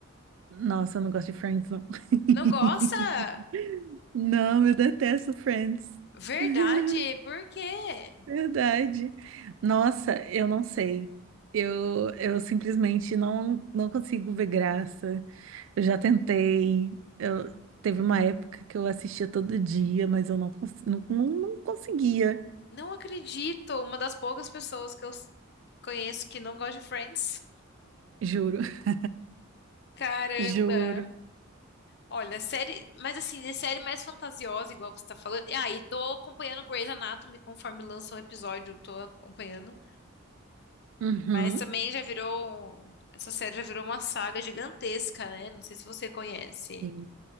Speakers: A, on the right; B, on the left.
A: nossa, eu não gosto de Friends, não. <laughs>
B: Não gosta?
A: Não, eu detesto Friends.
B: Verdade,
A: <laughs>
B: por quê?
A: Verdade. Nossa, eu não sei. Eu, eu simplesmente não, não consigo ver graça. Eu já tentei. Eu, teve uma época que eu assistia todo dia, mas eu não, cons- não, não, não conseguia.
B: Não acredito. Uma das poucas pessoas que eu s- conheço que não gosta de Friends.
A: Juro. <laughs>
B: Caramba!
A: Juro.
B: Olha, série, mas assim, de série mais fantasiosa, igual você tá falando. E aí, tô acompanhando Grey's Anatomy conforme lança um episódio, tô acompanhando.
A: Uhum.
B: Mas também já virou. um, Essa série já virou uma saga gigantesca, né? Não sei se você conhece.
A: Sim.